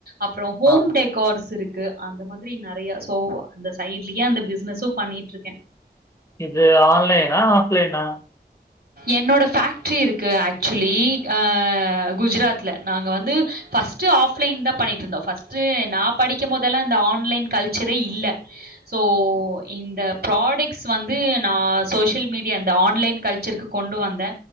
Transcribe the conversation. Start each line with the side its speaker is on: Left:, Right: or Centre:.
Right: அப்றோ ஹோம்
Left: ஆ.
Right: டெகார்ஸ் இரு க்கு அந்த மாதிரி நெறைய சோ அந்த சைட்லியுஅந்த பிஸ்னஸு பண்ணிட்ருக்கே
Left: இது ஆன்லைனா ஃப்லைனா
Right: என்னோட ஃபேக்ட்ரி இருக்கு ஆக்சுலி ஆ குஜராத்ல நாங்க வந்து ஃபஸ்ட்டு ஆஃப்லைன் தா பண்ணிட்ருந்தோ ஃபஸ்ட்டு நா படிக்கும்போதெல்லா இந்தந்த ஆன்லைன் கல்ச்சரே இல்ல ஸோ இந்த ப்ராடக்ஸ் வந்து நா சோஷியல் மீடியா த ஆன்லைன் கல்ச்சருக்கு கொண்டு வந்தே